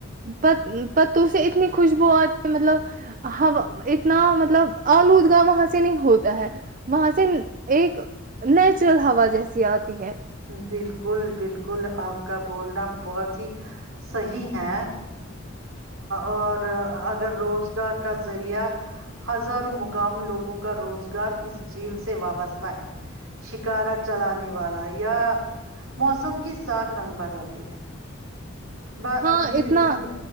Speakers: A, on the right (about 40°); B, on the right (about 80°).
A: پت پتوں سے اتنی خوشبو آتی مطلب ہوا اتنا مطلب آلودگاہ وہاں سے نہیں ہوتا ہے وہاں سے ایک نیچرل ہوا جیسی آتی ہے
B: بالکل بالکل آپ کا بولنا بہت ہی صی ہے اور اگر روز کا ذریعہ ہزاروں مقام لوگوں کا روزگار اس جھیل سے وابستہ ہے شکارا چلانے والا یا موسم کے سات رنگ بدلتے ہیں ب-
A: ہاں
B: ڈیل
A: اتنا
B: جی-